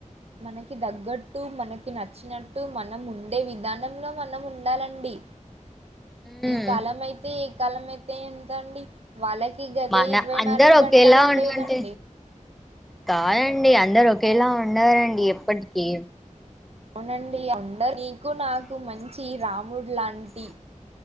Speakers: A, on the right; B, in the centre.
A: మనకి దగ్గట్టు మనకి నచ్చినట్టు మనం ఉండే విధానంలో మనం ఉండాలండి
B: మ్మ్
A: ఈ కాలం అయితే కాలం అయితే ఎంతండి వాళ్ళకి గదే
B: మన
A: ఇరవై
B: అందరు
A: నాలుగంటలు
B: ఒకేలా
A: ఉంటేదండి
B: ఉండంటే కాదండి అందరు ఒక ఒకేలా ఉండారండి ఎప్పటికీ
A: అవునండి అందరు ఎక్కు నాకు మంచి రాముడు లాంటి